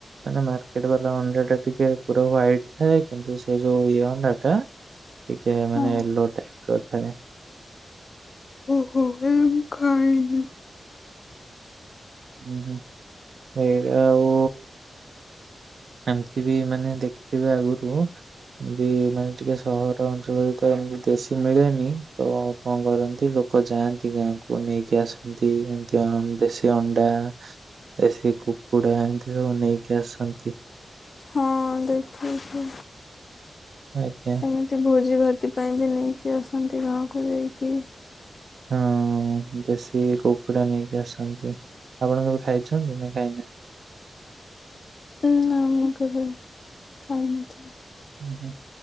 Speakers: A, on the right; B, on the left.
A: ମାନେ ମର୍କେଟ ବାଲା ଅଣ୍ଡା ଟା ଟିକେ ପୁରା ହ୍ଵାଇଟ ଥାଏ କିନ୍ତୁ ସେ ଯୋଉ ଇଏ ଅଣ୍ଡା ଟା କି ଜେ ମାନେ
B: ହଁ
A: ୟେଲୋ ଟାଇପ ର ଥାଏ।
B: ଓହୋ ନା ମୁଁ ଖାଇନି।
A: ହୁଁ ହୁଁ ହେଇରାଆଉ ଏମିତି ବି ମାନେ ଦେଖିଥିବେ ଆଗୁରୁ ଯଦି ମାନେ ଟିକେ ସହର ଅଞ୍ଚଳରେ ତ ଏମିତି ଦେଶୀ ମିଳେନି ତ କଣ କରନ୍ତି ଲୋକ ଯାଆନ୍ତି ଗାଁକୁ ନେଇକି ଆସନ୍ତି ଏମିତି ହଁ ଦେଶୀ ଅଣ୍ଡା ଦେଶୀ କୁକୁଡା଼ ଏମିତି ସବୁ ନେଇକି ଆସନ୍ତି।
B: ହଁ ଦେଖିଛି।
A: ଆଜ୍ଞା।
B: ଏମିତି ଭୋଜି ଭାତି ପାଇଁ ବି ନେଇକି ଆସନ୍ତି ଗାଁକୁ ଯାଇକି।
A: ହଁ ଦେଶୀ କୁକୁଡା଼ ନେଇକି ଆସନ୍ତି ଆପଣ କେବେ ଖାଇଛନ୍ତି ନା ଖାଇନାହାନ୍ତି?
B: ନ ନା ମୁଁ କେବେ ଖାଇ ନଥିବି।
A: ହୁଁ।